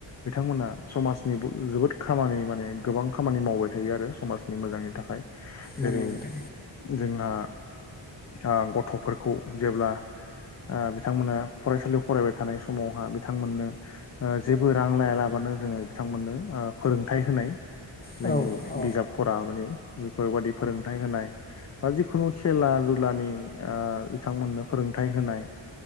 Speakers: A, on the left; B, on the left.
A: बिथांमोना समाजनिबो जोबोद खामानि माने गोबां खामानि मावबाय थायो आरो समाजनि मोजांनि थाखाय। जेरै
B: नोंगौ नोंथां।
A: जोंहा आ गथ'फोरखौ जेब्ला आ बिथांमोना फरायसालियाव फरायबाय थानाय समावहा बिथांमोननो ओ जेबो रां लायालाबानो जोङो बिथांमोननो ओ फोरोंथाइ होनाय।
B: औ
A: जोंनि
B: औ
A: बिजाबफोरा मानि बेफोरबादि फोरोंथाइ होनाय। बा जिखुनु खेला दुलानि ओ बिथांमोननो फोरोंथाइ होनाय।